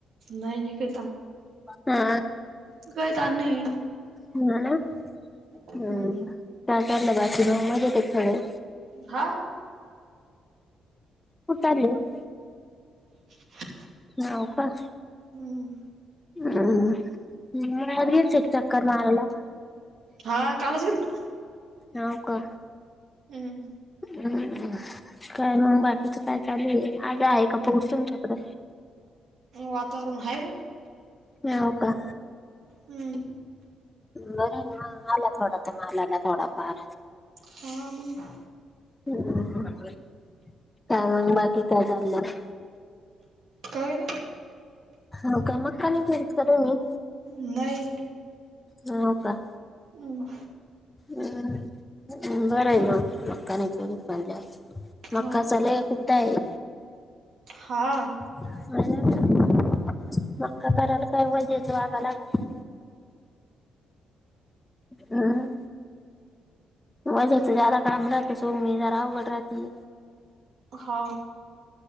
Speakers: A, on the right; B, on the left.
A: नाही नाही काही
B: हा
A: त काही त नाही.
B: ह ना हम्
A: हम्म
B: का चाललं बाच मग मज येत डे.
A: हा.
B: कुठे चालले ओ
A: <inaudible>
B: नव का
A: हम्
B: हम हम्ेन शिक चकर मारला-
A: हा कालच गेलतो.
B: नव का.
A: हम्.
B: हम्म काय मग बाकीचं काय चालूय आज आहे का पाऊस तुमच्याकडं.
A: वातावरण ह.
B: ह हो का
A: हम्म
B: बरं मग आला थोडा तर मलाला थोडा फार
A: हां मग.
B: हो काय मग बाकी काय चाललं
A: काय नाही
B: मका मका नही करत का तुम्ही.
A: नाही.
B: हो का-
A: हम.
B: हम्् बरं आहे ना लकानी च. मका
A: हा
B: चलाय कुटा आहे.
A: हा.
B: म्ह मक्का करायला कायव वजीच वागायलागरा हम वजाच जदा काम राते सोमी ज रावघड राती
A: हा